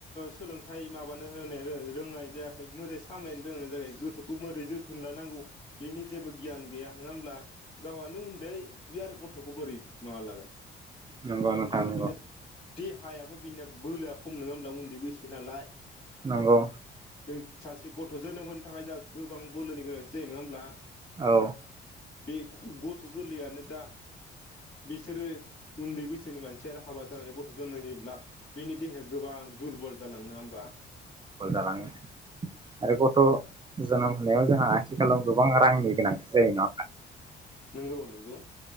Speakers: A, on the left; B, on the right.
A: सोलोंथाइ माबानो होनाय रोंनाय जायाखै मोजाङै सामलायनो रोंनाय जायाखै गोथौखौ मोरै जोथोन लानांगौ बेनि जेबो गियान गैया नङा होमब्ला गावआनो उन्दै - बे आरो गथ'खौ बोरै माबा लागोन
B: नंगौ नोंथां
A: आरो
B: नंगौ
A: बिजाद देहायाबो बिनिया बोलोआ खम नङा होमब्ला उन्दै बैसो नालाय
B: नंगौ
A: जों सासे गथ' जोनोम होनो थाखाय जाहा गोबां बोलोनि गोनांथि जायो नङा होमब्ला बे
B: औ
A: गथ थ गोरलैयानो दा बिसोरो उन्दै बैसोनि मानसिया हाबा जानानै गथ' जोनोम होयोब्ला बिनि देहाया गोबां दुरबल जालाङो नङा होमब्ला
B: जालाङो आरो गथ जोनोम होनायाव जोंहा आथिखालाव गोबां रांनि गोनांथि जायो नङा होनबा
A: नंगौ नंगौ